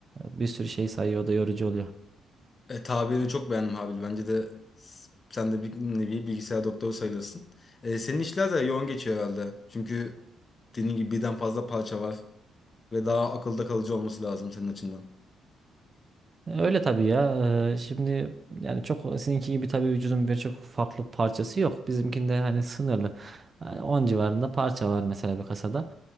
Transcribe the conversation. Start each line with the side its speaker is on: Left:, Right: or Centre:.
Right: Bir sürü şey sayıyor o da yorucu oluyor.
Left: E, tabirini çok beğendim Habil. Bence de s- sen de bir nevi bilgisayar doktoru sayılırsın. E, senin işler de yoğun geçiyor herhalde. Çünkü dediğin gibi birden fazla parça var ve daha akılda kalıcı olması lazım senin açından.
Right: Öyle tabii ya. Ee, Şimdi yani çok sizinki gibi tabii vücudun birçok farklı parçası yok. Bizimkinde hani sınırlı. Yani 10 civarında parça var mesela bir kasada.